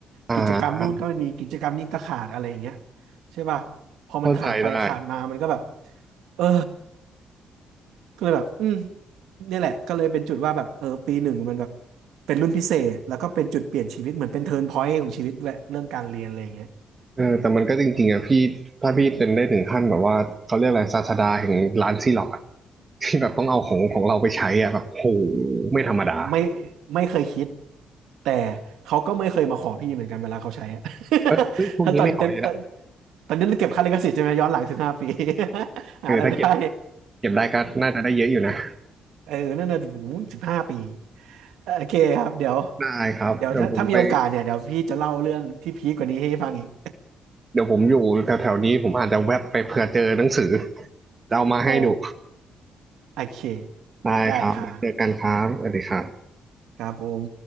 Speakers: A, on the right; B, on the right.
A: อ่
B: กิจกรรมนู่นก็ไม่มีกิจกรรมนี้ก็ขาดอะไรอย่างเงี้ย
A: า
B: ใช่ป่ะพอมันขาดไปขาดมามันก็แบบ
A: เข้าใจได้
B: เออก็เลยแบบอืมเนี่ยแหละก็เลยเป็นจุดว่าแบบเออปีหนึ่งมันแบบเป็นรุ่นพิเศษแล้วก็เป็นจุดเปลี่ยนชีวิตเหมือนเป็นเทิร์นพอยต์ของชีวิตด้วยเรื่องการเรียนอะไรอย่างเงี้ย
A: เออแต่มันก็จริงๆอ่ะพี่ถ้าพี่เป็นได้ถึงขั้นแบบว่าเขาเรียกอะไรศาสดาแห่งร้านซีล็อกอะที่แบบต้องเอาของของเราไปใช้อ่ะแบบโหไม่ธรรมดา
B: ไม่ไม่เคยคิดแต่เขาก็ไม่เคยมาขอพี่เหมือนกันเวลาเขาใช้อะ
A: เออเฮ้ยพวกนี้ไม่ขออยู่ละ
B: <laughs> ถ้าตอนตอนตอนนี้เราเก็บค่าลิขสิทธิ์ใช่ไหมย้อนหลังสิบห้าปี <laughs> หาอะไรายได้
A: เออถ้าเก็บเก็บได้ก็น่าจะได้เยอะอยู่นะ
B: เออนั่นน่ะอยู่สิบห้าปีเออโอเคครับ เดี๋ยว
A: ได้ครับเดี๋ยวผมไป
B: เดี๋ยวถ้าถ้ามีโอกาสเนี่ย เดี๋ยวพี่จะเล่าเรื่องที่พีคกว่านี้ให้ฟังอีก
A: เดี๋ยวผมอยู่แถวๆนี้ผมอาจจะแวบไปเผื่อเจอหนังสือจะเอามาให้ดู
B: <laughs> อ๋อโอเค
A: ได้ครับเจอกันครับสวัสดีครับ
B: ได้ครับครับผม